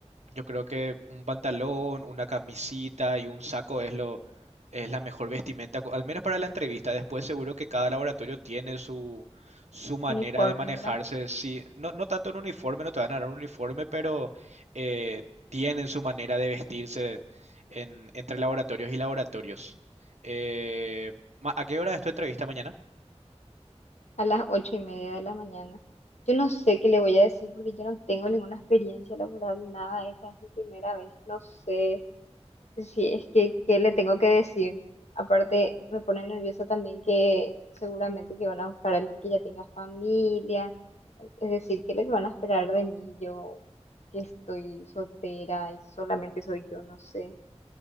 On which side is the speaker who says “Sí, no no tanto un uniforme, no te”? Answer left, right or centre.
Right